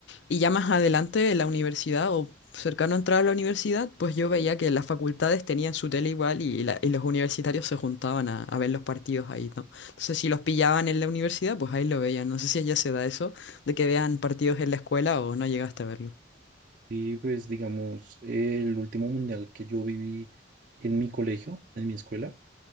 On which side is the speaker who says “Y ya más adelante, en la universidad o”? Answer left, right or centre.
Left